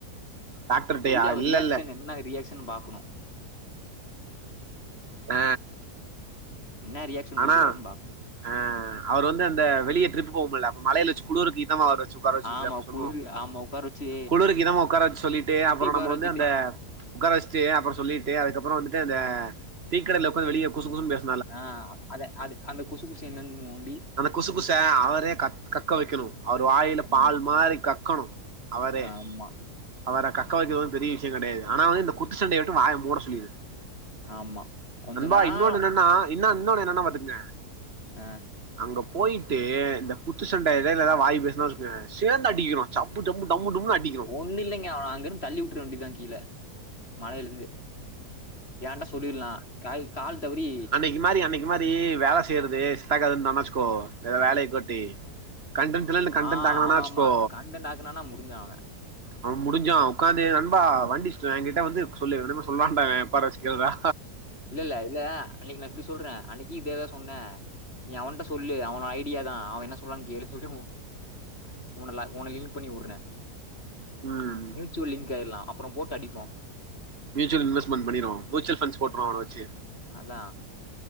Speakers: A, on the right; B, on the left.
A: டாக்டர்ட்டயா
B: சொல்லி அவ
A: இல்ல
B: ரியாக்ஷன்
A: இல்ல
B: என்ன ரியாக்சனு பாக்ணு
A: ஆ
B: என்னே ரியாக்ஷன்
A: ஆனா
B: குடுக்குறாருன்னு பாப்போ
A: ஆ அவர் வந்து அந்த வெளிய ட்ரிப் போவுமுல அப்ப மலையில வச்சு குலுறுக்கிதமா அவர் வச்சி உக்கார வச்சி
B: ஆமா
A: அப்ப சொல்வோ
B: குளிரு ஆமா உக்கார வச்சு
A: குளிருக்கு இதமா உக்கார வச்சு சொல்லிட்டு
B: சுத்தி
A: அப்புற
B: உக்கார
A: நம்ம
B: வச்சுட்டு
A: வந்து அந்த உக்கார வச்ட்டு அப்புற சொல்லிட்டு அதுக்கப்பற வந்துட்டு அந்த டீக்கடல உக்காந்து வெளிய குசு குசு பேச
B: ஆ அத அது அந்த குசு குசு என்னென் நோண்டி
A: அந்த குசு குச அவரே கக்க வெக்கணு அவர் வாயில பால்
B: ம்
A: மாதிரி கக்கணு அவரே
B: ஆமா
A: அவர கக்க வைக்கிறது ஒன்னு பெரிய விஷ்யோ கெடையாது ஆனா வந்து இந்த குத்துச்சண்டைய விட்டு வாய மூட சொல்லிரு
B: ஆமா கொஞ்ச
A: நண்பா
B: நேரோ
A: இன்னொன்னு என்னன்னா இன்னா இன்னொன்னு என்னன்னா பாத்துங்க
B: ஆ
A: அங்க போயிட்டு இந்த குத்து சண்ட எடைல எதா வாய் பேஸ்னா வச்சிகவே சேந்து அடிக்கிறோ சப்பு ஜம்பு டம்மு டும்முனு அடி
B: ஒண்ணு இல்லைங்க அவன அங்குருந்து தள்ளி விட்ற வேண்டிதா கீழ மழையில இருந்து கேட்டா சொல்லிட்லா கால் கால் தவறி
A: இது மாரி அன்னைக்கு மாரி வேல செய்யறது சித்தாகாதுன்னானா வச்சுக்கோ இத வேலைய கோட்டி கண்டென்ட்ல்லா இல்ல கண்டென்ட்
B: ஆ
A: ஆகுலனா
B: ஆமா
A: வச்க்கோ
B: ஆமா கண்டன்ட் ஆக்குனானா முடிஞ்சா அவ
A: அவன் முடிஞ்சான் உக்காந்தே நண்பா வண்டி <unintelligible> ஏ கிட்ட வந்து சொல்லு இவே என்ன தெரியுமா சொல்வான்பே உக்கார வச் கேக்குதா
B: இல்ல இல்ல இல்ல அன்னைக்கு நா இப்டி சொல்றே அன்னைக்கு இதேதா சொன்னே நீ அவன்ட்ட சொல்லு அவனோட ஐடியா தா அவன் என்ன சொல்றான்னு கேளு சொல்லு உனல உன லிங்க் பண்ணி உட்ரே
A: ம்
B: மியூச்சுவல் லிங்க் ஆயிட்லா அப்புறம் போட்டு அடிப்போ
A: மியூசல் இன்வெஸ்ட்மென்ட் பன்னிடுவோ மியூச்சுவல் ஃபண்ட்ஸ் போட்டுருவோ அவன வச்சு
B: அதா